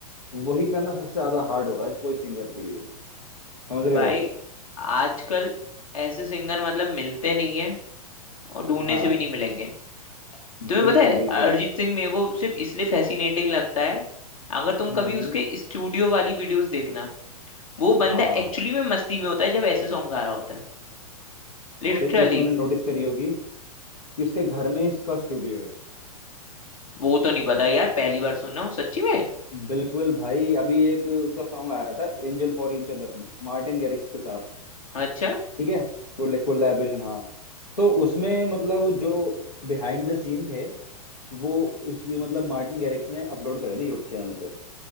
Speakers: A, on the left (about 80°); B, on the left (about 60°).
A: वही करना सबसे ज्यादा हार्ड होता है कोई सिंगर के लिए समझ रहे
B: भाई
A: हो
B: आजकल ऐसे सिंगर मतलब मिलते नहीं है और ढूंढने
A: हाँ
B: से भी नहीं मिलेंगे तुम्हें
A: बिल्कुल
B: पता है
A: बिल्कुल
B: अरिजीत सिंह मेरे को सिर्फ इसलिए फैसिनेटिंग लगता है अगर तुम
A: हम्म
B: कभी
A: हम्म,
B: उसके स्टूडियो वाली वीडियोस देखना वो बंदा
A: हाँ
B: एक्चुअली में मस्ती में होता है जब ऐसे सॉन्ग गा रहा होता है लिटरली
A: और एक चीज तुमने नोटिस करी होगी कि उसके घर में इसका स्टूडियो है
B: वो तो नहीं पता यार पहली बार सुन रहा हूँ सच्ची में
A: बिल्कुल भाई अभी एक उसका सॉन्ग आया था angel for each other Martin Garrix के साथ
B: अच्छा
A: ठीक है कोलैबोरेशन हाँ तो उसमें मतलब जो बिहाइंड द सीन थे वो उस मतलब मार्टिन गैरिक्स ने अपलोड करे थे यूट्यूब चैनल पे